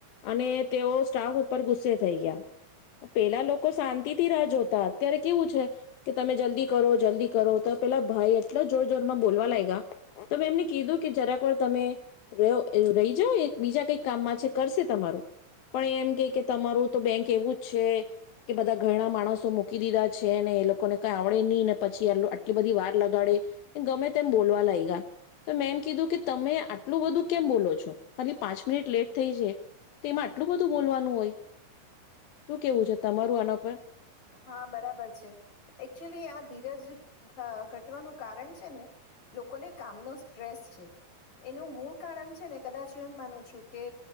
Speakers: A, on the left; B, on the left.
A: અને તેઓ સ્ટાફ ઉપર ગુસ્સે થઈ ગયા. પહેલા લોકો શાંતિથી રાહ જોતા અત્યારે કેવું છે. કે તમે જલ્દી કરો જલ્દી કરો તો પેલા ભાઈ એટલા જોર જોરમાં બોલવા લાગ્યા. તો મે એમને કીધું કે જરા પર તમે. રહો રહી જાવ એ બીજા કઈક કામમાં છે કરશે તમારું. પણ એમ કે કે તમારું તો બેંક એવું જ છે. કે બધા ઘણા માણસો મૂકી દીધા છે ને એ લોકોને કઈ આવડે નહી ને પછી આટલી બધી વાર લગાડે. ગમે તેમ બોલવા લાયગા. તો એમ કીધું કે તમે આટલું બધું કેમ બોલો છો ખાલી પાંચ મિનિટ લેટ થઈ છે. તેમાં આટલું બધું બોલવાનું હોય શું કેવું છે તમારું આના પર.
B: હા બરાબર છે. એકચુલી આ ધીરજ અ ઘટવાનું કારણ છે ને લોકોને કામનો સ્ટ્રેસ છે એનું મૂળ કારણ છે ને કદાચ હું એમ માનું છું કે.